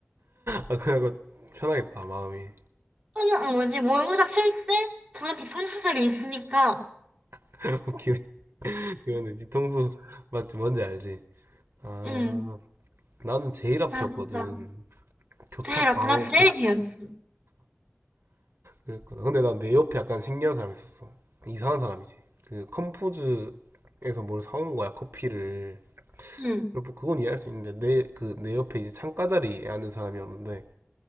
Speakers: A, on the right (about 60°); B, on the right (about 20°).
A: 아 그래갖고 편하겠다 마음이.
B: 또는 어, 뭐지, 모의고사 칠 때 보다 뒤통수색이 있으니까,
A: <laughs> 웃기네. 이거는 뒤통수 맞지 뭔지 알지. 아
B: 응,
A: 나는 제일 앞이었거든.
B: 나 진짜
A: 교탁
B: 제일 아파.
A: 바로
B: 나 제일
A: 교
B: 뒤였어.
A: 그랬거든 근데 난 내 옆에 약간 신기한 사람이 있었어. 이상한 사람이지. 그 컴포즈에서 뭘 사온 거야 커피를.
B: 응,
A: 그리고 뭐 그건 이해할 수 있는데 내 그 내 옆에 이제 창가 자리에 앉은 사람이었는데